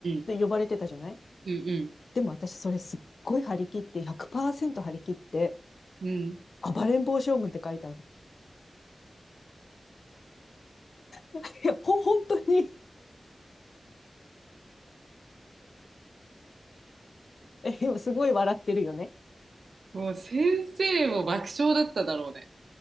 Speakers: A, on the left; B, on the right.
A: て呼ばれてたじゃない
B: ん。うんうん。うんうん。
A: でも私、それすっごい張り切って、100%張り切って、
B: うんうん
A: 暴れん坊将軍って書いたの。<laughs> いや、ほ、本当に <laughs> え今すごい笑ってるよね。
B: もう先生も爆笑だっただろうね。